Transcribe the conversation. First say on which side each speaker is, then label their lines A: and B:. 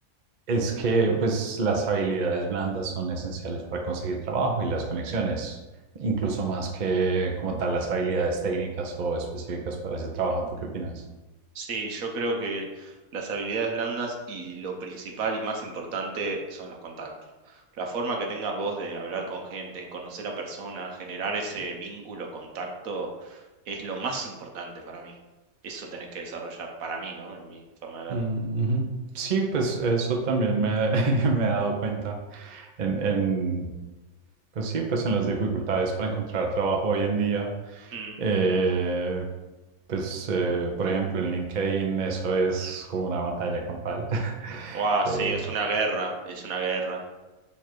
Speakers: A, on the right; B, on the right.
A: es que pues las habilidades blandas son esenciales para conseguir trabajo y las conexiones, incluso más que como tal las habilidades técnicas o específicas para ese trabajo. ¿Tú qué opinas?
B: Sí, yo creo que las habilidades blandas y lo principal y más importante son los contactos. La forma que tengas vos de hablar con gente, conocer a personas, generar ese vínculo, contacto, es lo más importante para mí. Eso tenés que desarrollar, para mí, ¿no? En mi forma de verlo.
A: Mm, ujú. Sí, pues eso también me, <laughs> me he dado cuenta en, en Pues sí, pues en las dificultades para encontrar trabajo hoy en día,
B: Mm,
A: eh,
B: sí.
A: pues eh, por ejemplo en LinkedIn eso es como una batalla campal. <laughs>
B: Guau,
A: Eh,
B: sí, es una guerra, es una guerra.